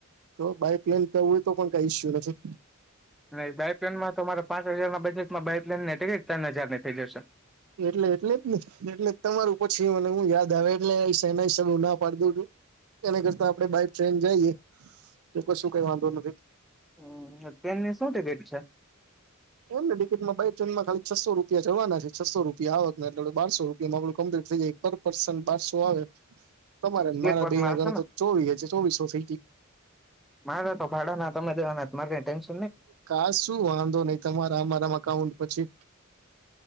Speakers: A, on the right; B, in the centre.
A: તો બાઈક લઈને જાવુ હોય તો પણ કઈ ઇશયુ નથી
B: અને બાયપ્લેનમાંતો મારે પાંચ હજાર ના બજેટમાં બાયપ્લેનની ટિકિટ ત્રણ હજારની થઈ જશે
A: એટલે એટલે જ ને એટલે તમારું પછી મને યાદ આવે એટલે સેના સગું ના પાડી દવ છું. એના કરતા આપણે બાય ટ્રેન જઈએ લોકોને શું કઈ વાંધો નથી
B: હમ ટ્રેનની શું ટીકીટ છે.
A: એમ ને કે ટિકિટમાં બાય ટ્રેનમાં ખાલી છસો રૂપિયા જવાના છે. છસો રૂપિયા આવક ને એટલે બારસો રૂપિયા માં બધુ કમ્પ્લીટ થઈ જાય પર પર્સન બારસો આવે તમારે
B: સ્લીપરમાં
A: મારા બે ના ગણે
B: હશે ને
A: તો ચોવી ચોવીસો થઈ <unintelligible>
B: મારા તો ભાડાના તમે દેવાના મારે કઈ ટેન્ન
A: કાશું વાંધો નહી તમારા મારા અકાઉન્ટ પછી